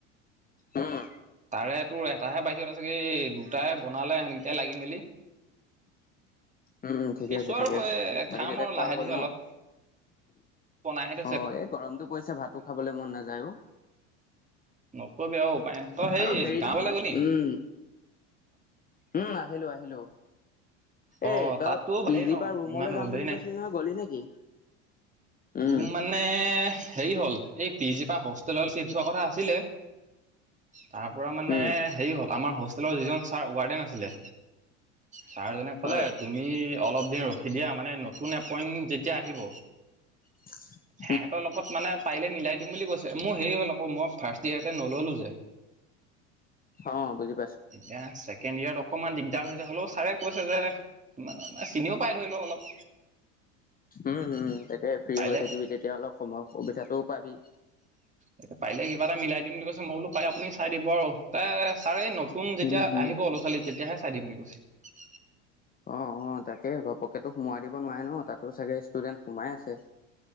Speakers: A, on the left (about 25°); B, on the right (about 20°).
A: হম।
B: তাৰে তোৰ এটাহে বাহিৰত আছেগে। এই দুটাই বনালে, এনকেইটাই লাগি মেলি
A: উম। ঠিকে
B: আছো
A: আছে। ঠিকে
B: আৰু
A: আছে।
B: এ
A: বাকী
B: খাম
A: তেতিয়া
B: আৰু
A: খোৱা
B: লাহে
A: হ'ল
B: ধীৰে
A: ন?
B: অলপ বনাইহে থৈছে
A: অ। এই গৰমতটো পৰিছে, ভাতো খাবলৈ মন নাযায় অ'।
B: নকবি আৰু। উপায় নাই। তই সেই
A: আৰু হেৰি
B: গাঁও
A: নহয়
B: ঘৰলে গ'লি?
A: উম উম। আহিলো। আহিলো।
B: অ
A: এ তই
B: তাতো
A: পি
B: ভালেই
A: জি
B: ন
A: পৰা ৰুমলৈ
B: ইমান
A: যাম
B: ৰ'দেই
A: বুলি
B: নাই
A: কৈছিলি নহয়, গলি নেকি? উম
B: ৰুম মানে হেৰি হ'ল, এই পিজিপা হোষ্টেলত চিফট হোৱাৰ কথা আছিলে। তাৰ পৰা মানে
A: উম
B: হেৰি হ'ল, আমাৰ হো হোষ্টেলৰ যিজন ছাৰ ৱাৰ্ডেন আছিলে, ছাৰজনে ক'লে,
A: হয়
B: তুমি অলপ দিন ৰখি দিয়া মানে নতুন এপইন্ট যেতিয়া আহিব
A: <inaudible>
B: সেহেঁতৰ লগত মানে পাৰিলে মিলাই দিম বুলি কৈছে। মোৰ হেৰি হ'ল আকৌ, মই ফাৰ্ষ্ট ইয়েৰতে নল'লো যে।
A: অহ। বুজি পা
B: এতিয়া ছেকেণ্ড ইয়েৰত অক অকমান দিগদাৰ হৈ যায়, হ'লেও ছাৰে কৈছে যে! চিনিও পাই ধৰি লও অলপ।
A: উম। উম। তাকে ফ্ৰী
B: পাৰিলে
A: হৈ থাকিবি, তেতিয়া অলপ সময় সুবিধাটোও পাবি।
B: এতিয়া পাৰিলে কিবা এটা মিলাই দিম বুলি কৈছে, মই বুলো, পাৰিলে আপুনি চাই দিব আৰু। ছাৰে এই নতুন যেতিয়া
A: উম হম
B: আহিব, ল'ৰা- ছোৱালী। তেতিয়াহে চাই দিম বুলি কৈছে।
A: অ'। অ'। তাকে ঘপকেটো সোমোৱাই দিব নোৱাৰে ন! তাতো চাগে ষ্টুডেণ্ট সোমাই আছে।